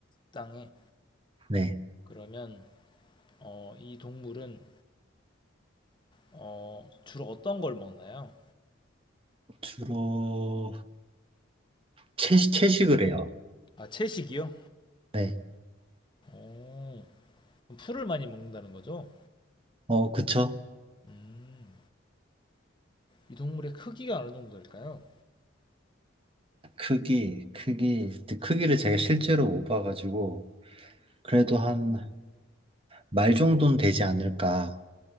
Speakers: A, on the left; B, on the right.
A: 땅에.
B: 네.
A: 그러면 어, 이 동물은 어, 주로 어떤 걸 먹나요?
B: 주로 채식, 채식을 해요.
A: 아, 채식이요?
B: 네.
A: 오, 그럼 풀을 많이 먹는다는 거죠?
B: 어, 그쵸?
A: 음, 이 동물의 크기가 어느 정도일까요?
B: 크기, 크기, 근데 크기를 제가 실제로 못 봐가지고, 그래도 한 말 정도는 되지 않을까.